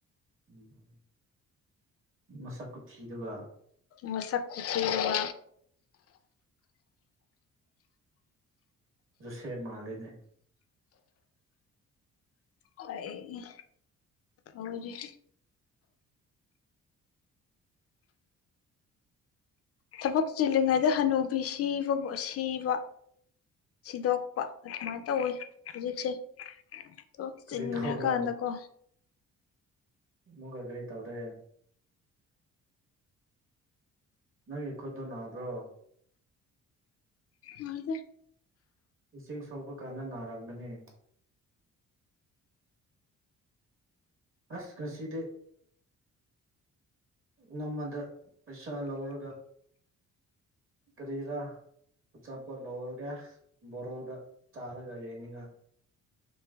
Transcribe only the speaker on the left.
ꯃꯁꯛ ꯈꯨꯊꯤꯗꯨꯒ
<inaudible> ꯑꯩ ꯂꯣꯏꯔꯦꯍꯦ ꯊꯕꯛ ꯆꯤꯜꯂꯤꯉꯩꯗ ꯍꯟꯅꯨꯕꯤ ꯁꯤꯕꯕꯨ ꯑꯁꯤꯕ ꯁꯤꯗꯣꯛꯄ ꯑꯗꯨꯃꯥꯏ ꯇꯧꯋꯦ ꯍꯧꯖꯤꯛꯁꯦ ꯊꯕꯛ
ꯆꯤꯟꯒ꯭ꯔꯀꯥꯟꯗꯀꯣ
ꯅꯥꯗꯦ